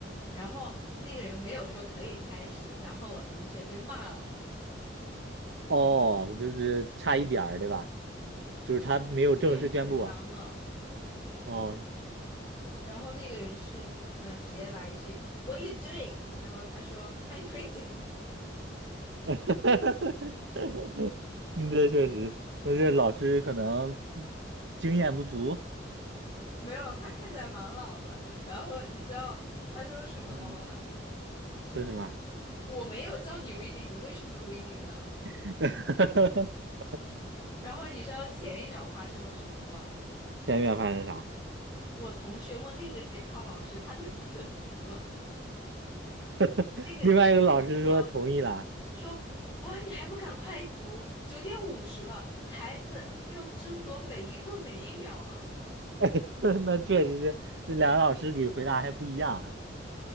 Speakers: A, on the left; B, on the right.
A: 然后那个人没有说可以开始，然后我同学被骂了，
B: 哦，就是差一点儿，对吧？就是他没有正式宣布啊。
A: 就是九点五十三了。
B: 哦，
A: 然后那个人是呃直接来一句 "What are you doing？" 然后他说 "I'm reading
B: <laughs> 嗯这确实，那这老师可能经验不足。
A: <laughs> 没有，他看起来蛮老的。然后你知道他说什么了吗？
B: 嗯，说什么？
A: 我没有叫你 reading，你为什么 reading 呢？
B: <laughs>
A: 然后你知道前一秒发生了什么吗？
B: 田园发生啥？
A: 我同学问另一个监考老师他能不能读了，
B: <laughs>
A: 另一个监考老师说。
B: 另外一个老师说同意啦，
A: 说啊，你还不赶快读，九点五十了，孩子要争夺每一分每一秒啊！
B: <laughs> 那确实是这两个老师给回答还不一样。